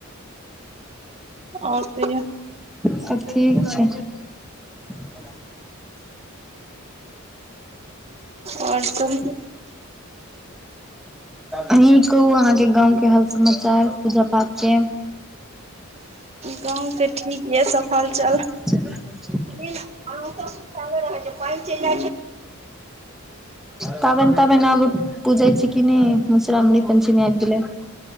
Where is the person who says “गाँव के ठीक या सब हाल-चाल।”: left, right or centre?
Right